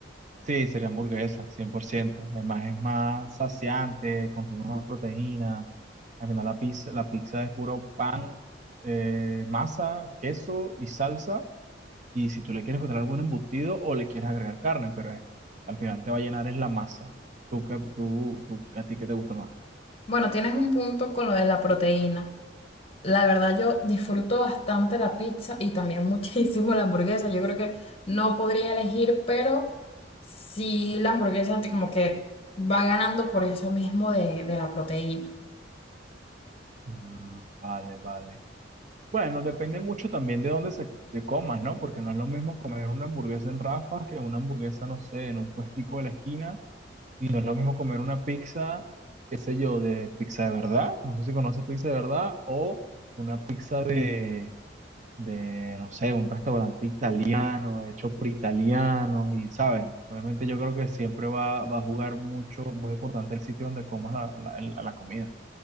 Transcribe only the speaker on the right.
Sí, sería hamburguesa, cien por ciento Además, es más saciante, consume más proteína. Al final, la pizza, la pizza es puro pan, eh, masa, queso y salsa. Y si tú le quieres poner algún embutido o le quieres agregar carne, pero es- al final te va a llenar es la masa. ¿Tú, qué- tú, tú- ¿A ti qué te gusta más?
Mm, vale, vale. Bueno, depende mucho también de dónde se te comas, ¿no? Porque no es lo mismo comer una hamburguesa en Rafa que una hamburguesa, no sé, en un puestico de la esquina Y no es lo mismo comer una pizza, qué sé yo, de pizza de verdad, no sé si conoces pizza de verdad, o una pizza de, de, no sé, un restaurante italiano, hecho por italianos, y sabes, obviamente yo creo que siempre va, va a jugar mucho, muy importante el sitio donde comas la, la, el- la comida.